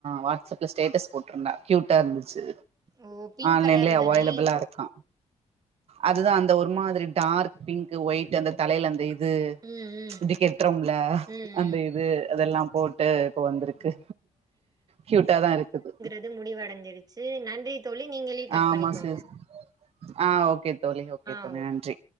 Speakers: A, on the right (about 50°); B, on the right (about 30°).
A: வாட்ஸ்அப்ல ஸ்டேட்டஸ் போட்டுருந்தா க்யூட்டா இருந்துச்சு
B: ஓ பிங்க்
A: ஆன்லைன்லயே
B: கலர் தானே
A: அவைலபிளா இருக்கா அதுதா அந்த ஒரு மாதிரி டார்க் பிங்க் ஒயிட் அந்த தலையில அந்த இது
B: ம் ம்
A: இது கெட்டுறோம்ல
B: ம்
A: அந்த
B: ம்
A: இது அதெல்லாம் போட்டு இப்ப வந்துருக்கு க்யூட்டா தா இருக்குது
B: இது முடிவடைஞ்சிருச்சு நன்றி தோழி நீங்களே கட்
A: ஆமா
B: பண்ணிக்கோங்க
A: சிஸ் ஆ ஓகே தோழி ஓகே
B: ஆ
A: தோழி
B: ஓ
A: நன்றி